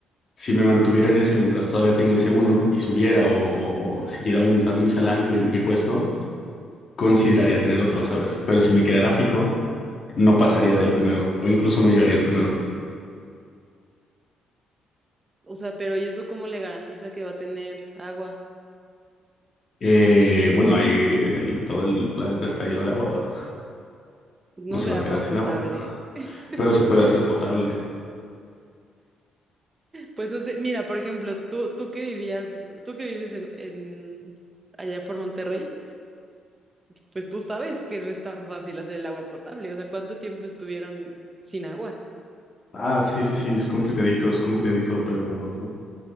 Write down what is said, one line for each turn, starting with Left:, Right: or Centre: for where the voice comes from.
Left: Si me mantuviera en ese mientras todavía tengo ese uno y subiera o, o siguiera aumentando mi salario y mi puesto, consideraría tener otro, ¿sabes? Pero si me quedara fijo, no pasaría del primero o incluso no llegaría al primero.
Right: o sea, pero ¿y eso cómo le garantiza que va a tener agua?
Left: Eh, bueno, ahí el- todo el planeta está lleno de agua,
Right: No
Left: no se
Right: de
Left: va
Right: agua
Left: a quedar sin
Right: potable.
Left: agua,
Right: <laughs>
Left: pero se puede hacer potable.
Right: Pues no sé, mira, por ejemplo, tú, tú que vivías, tú que vives en, en allá por Monterrey, pues tú sabes que no es tan fácil hacer el agua potable, o sea, ¿cuánto tiempo estuvieron sin agua?
Left: Ah, sí, sí, sí, es complicadito, es complicadito, pero